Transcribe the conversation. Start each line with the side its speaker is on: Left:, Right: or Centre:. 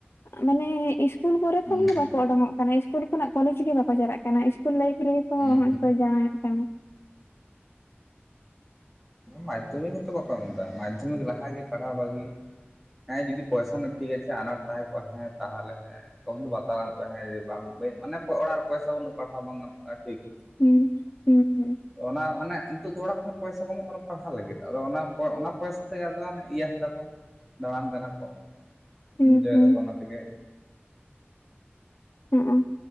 Left: ᱢᱟᱱᱮ ᱤᱥᱠᱩᱞᱼᱼ ᱤᱥᱠᱩᱞ ᱠᱚᱨᱮ
Centre: ᱦᱩᱸ
Left: ᱠᱷᱚᱱ ᱜᱮ ᱵᱟᱠᱚ ᱚᱰᱚᱝᱚᱜ ᱠᱟᱱᱟ ᱤᱥᱠᱩᱞ ᱠᱷᱚᱱᱟᱜ ᱠᱚᱞᱮᱡᱽ ᱜᱮ ᱵᱟᱠᱚ ᱪᱟᱞᱟᱜ ᱠᱟᱱᱟ ᱤᱥᱠᱩᱞ ᱞᱟᱭᱤᱯᱷ ᱨᱮᱼᱼ ᱦᱚᱸ
Centre: ᱩᱸᱦᱩ
Left: ᱦᱚᱡ <unintelligible> ᱠᱚ ᱡᱟᱶᱟᱭᱚᱜ ᱠᱟᱱᱟ
Centre: ᱢᱟᱫᱽᱫᱷᱚᱢᱤᱠ ᱦᱚᱛᱚ ᱵᱟᱠᱚ ᱮᱢ ᱫᱟ ᱢᱟᱫᱽᱫᱷᱚᱢᱤᱠ ᱞᱟᱦᱟ ᱜᱮ ᱯᱟᱲᱦᱟᱣ ᱵᱟᱜᱤ ᱦᱮᱸ ᱡᱩᱫᱤ ᱯᱚᱭᱥᱟ ᱨᱮᱱᱟᱜ ᱴᱷᱤᱠ ᱟᱪᱷᱮ ᱟᱱᱟᱴ ᱛᱟᱦᱮᱸ ᱠᱚᱜ ᱦᱮᱸ ᱛᱟᱦᱚᱞᱮ ᱦᱮᱸ ᱛᱚᱠᱷᱚᱱ ᱫᱚ ᱵᱟᱛᱟᱣ ᱜᱟᱱᱼᱼ ᱚ <unintelligible> ᱵᱟᱝ ᱢᱟᱱᱮ ᱚᱲᱟᱜ ᱨᱮ ᱯᱚᱭᱥᱟ ᱵᱟᱱᱩᱜ ᱯᱟᱲᱦᱟᱣ ᱵᱟᱝ ᱜᱟᱱᱚᱜ-ᱟ᱾
Left: ᱦᱩᱸ ᱦᱩᱸ ᱦᱩᱸ
Centre: ᱚᱱᱟ ᱚᱱᱮ ᱱᱤᱛᱚᱜ ᱫᱚ ᱚᱲᱟᱜ ᱠᱷᱚᱱ ᱯᱚᱭᱥᱟ ᱠᱚ ᱮᱢᱚᱜ ᱠᱟᱱᱟ ᱯᱟᱲᱦᱟᱣ ᱞᱟᱹᱜᱤᱫ ᱟᱫᱚ ᱚᱱᱟ ᱚᱱᱟ ᱯᱚᱭᱥᱟ ᱛᱮ ᱟᱫᱚ ᱦᱟᱱ ᱤᱭᱟᱥ ᱫᱟ ᱠᱚ ᱫᱟᱬᱟᱱ ᱠᱟᱱᱟ ᱠᱚ
Left: ᱦᱩᱸ
Centre: ᱤᱱᱡᱚᱭ
Left: ᱦᱩᱸ ᱦᱩᱸ
Centre: ᱫᱟᱠᱚ ᱚᱱᱟ ᱛᱮᱜᱮ
Left: ᱦᱩ ᱩ